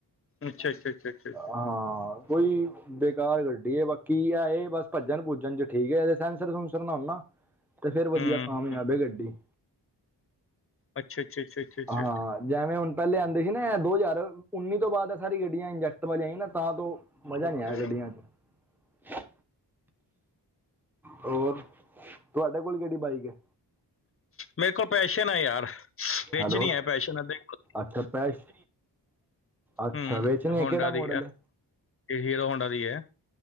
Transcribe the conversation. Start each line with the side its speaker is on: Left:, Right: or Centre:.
Left: ਅੱਛਾ ਅੱਛਾ ਅੱਛਾ ਅੱਛਾ ਅੱਛਾ
Centre: ਹਾਂ, ਕੋਈ ਦੇਖ ਸਟਾਰ ਗੱਡੀ ਹੈ, ਬਾਕੀ ਆ ਇਹ ਬਸ ਭੱਜਣ-ਭੂਜਣ ਚ ਠੀਕ ਹੈ, ਏਹਦੇ ਸੈਂਸਰ-ਸੁਂਸਰ ਨਾ ਹੋਨ ਨਾ ਤੇ ਫੇਿਰ ਵਧੀਆ
Left: ਹੂੰ
Centre: ਕਾਮਯਾਬ ਹੈ ਗੱਡੀ।
Left: ਅੱਛਾ ਅੱਛਾ ਅੱਛਾ ਅੱਛਾ ਅੱਛਾ
Centre: ਹਾਂ, ਜੈਵੇਂ ਹੁਣ ਪਹਿਲੇ ਆਉਂਦੇ ਸੀ ਨਾ, ਦੋ ਹਜ਼ਾਰ ਉੱਨੀ ਤੋਂ ਬਾਅਦ ਇਹ ਸਾਰੀ ਗੱਡੀਆਂ ਇੰਜੈਕਟ ਵਾਲੀਆਂ ਆਈ ਨਾ ਤਾਂ ਤੋ ਮਜ਼ਾ ਨਹੀਂ
Left: ਅੱਛਾ
Centre: ਆਇਆ ਗੱਡੀਆਂ ਚ ਹੋਰ, ਤੁਹਾਡੇ ਕੋਲ ਕਿਹੜੀ ਬਾਈਕ ਹੈ?
Left: ਮੇਰੇ ਕੋਲ ਪੈਸ਼ਨ ਹੈ ਯਾਰ। ਵਿੱਚ
Centre: ਹੈਲੋ
Left: ਨੀ ਹੈ ਪੈਸ਼ਨ। ਅ ਦੇਖੋ।
Centre: ਅੱਛਾ ਪੈਸ਼ ਅੱਛਾ
Left: ਹੁਂ,
Centre: ਵੇਚਣੀ ਹੈ
Left: ਹੋਂਡਾ
Centre: ਕਿਹੜਾ ਮਾਡਲ
Left: ਦੀ,
Centre: ਹੈ
Left: ਇਹ ਹੀਰੋ ਹੋਂਡਾ ਦੀ ਹੈ।